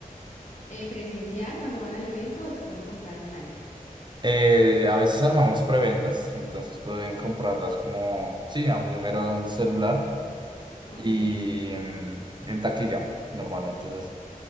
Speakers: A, on the left; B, on the right.
A: Eh, presencial cuando van al evento o se pueden comprar online.
B: Eh, a veces armamos preventas, entonces pueden comprarlas como, sí, a un número celular
A: Oh,
B: y
A: ya.
B: mm, en taquilla, normalmente es así.